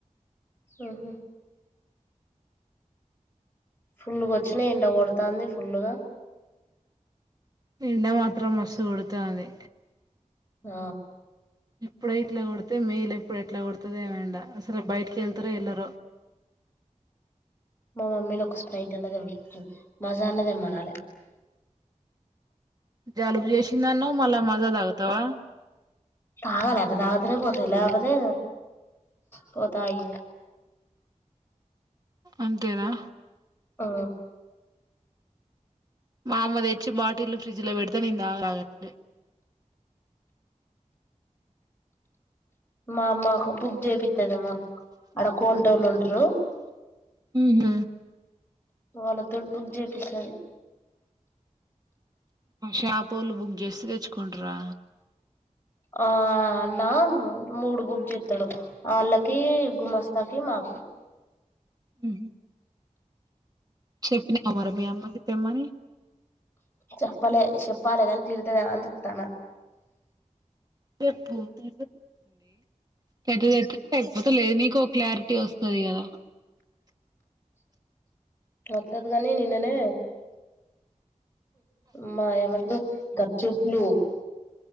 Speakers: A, on the left; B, on the right.
A: హు హు ఫుల్లుగ వచ్చినయీ ఎండ కొడుతంది ఫుల్లుగా
B: ఎండ మాత్రం మస్తు కొడతాంది
A: ఆ
B: ఇప్పుడ ఎట్ల కొడితే మేయిల్ ఎప్పుడు ఎట్లా కొడుతుద ఏమండ అసలు బయటికి వెళ్తార ఎల్లరో
A: మా మమ్మీని ఒక స్ప్రైట్ అన్నది మజ అన్నదేమనాలే
B: జలుబు చేసింది అనవు మల్ల మజా తాగుతావా
A: తాగల ఆటా తాగితేనే పోతది లేకపోతే పోతాయి
B: అంతేనా
A: ఆ
B: మా అమ్మ తెచ్చి బటిల్ ఫ్రిడ్జ్ లో పెడుతే నేను తగను అట్లుంటాయి
A: మా అమ్మకు బుక్ చేయిస్తుదమ మా అడ కోన్ంటోళ్ళ ఉంటారు
B: హహ
A: వాళ్ళతోటీ బుక్ చేపిస్తాది
B: షాపోలు బుక్ చేస్తే తెచ్చుకుంట్రా
A: ఆ అన్న మూడు బుగ్ చెస్తాడు వాళ్ళకి గుమస్తాకి మాకు
B: అ చెప్పినావ మరి మీ అమ్మకి తెమ్మని
A: చెప్పాల చెప్పాలగ కానీ తిడతాది అని చుట్టన
B: చెప్పుంది పెద్దట్ లేకపో <inaudible> లేదు నీకు క్లారిటీ వస్తుంది కదా
A: అత్తది కానీ నిన్ననే మాయమంట గాప్చప్లు